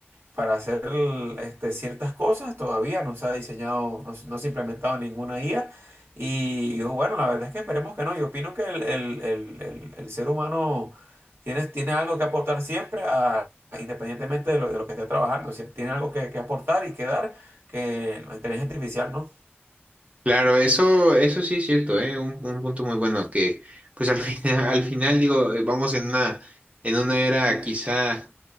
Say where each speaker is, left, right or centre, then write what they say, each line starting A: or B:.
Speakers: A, on the right; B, on the right.
A: para hacer el- este, ciertas cosas, todavía no se ha diseñado, no, se no se ha implementado ninguna IA. Y, yo, bueno, la verdad es que esperemos que no. Yo opino que el, el- el- el- el ser humano tiene, tiene algo que aportar siempre, a- independientemente de lo, de lo que esté trabajando. Siempre tiene algo que, que aportar y que dar que la inteligencia artificial no.
B: Claro, eso, eso sí es cierto, ¿eh? Un, un punto muy bueno que, pues al <laughs> final, al final digo, eh, vamos en una, en una era quizá